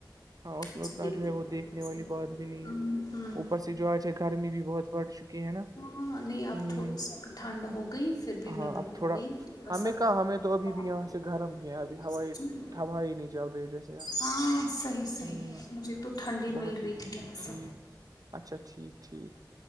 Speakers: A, on the right; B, on the left.
A: ہاں اس میں
B: چلیے
A: اتنا جو
B: بالکل
A: ہے وہ دیکھنے والی
B: صحیح
A: بات بھی نہیں ہے
B: ہوں ہوں
A: اپر سے جو چ گرمی بھی بہت بڑھ چکی نا
B: ہاں نہیں اب
A: ہ
B: تو اس وقت ٹھنڈ ہو گئی پھر بھی
A: ہاں
B: میں باہر
A: اب تھوڑا
B: آئی تھوڑا
A: ہمیں
B: سا
A: کہاں ہمیں تو ابھی
B: باہر،
A: بھی یہاں سے گھرم ہی ہے اب ہوائیھب
B: سچ میں
A: ہی نہیں چل رہی جیسے آ
B: ہاں صحیح صحیح
A: ہ
B: مجھے تو ٹھنڈی
A: بہت
B: مل رہی
A: ہی
B: ہے یہاں سے
A: جی اچھا ٹھیک ٹھیک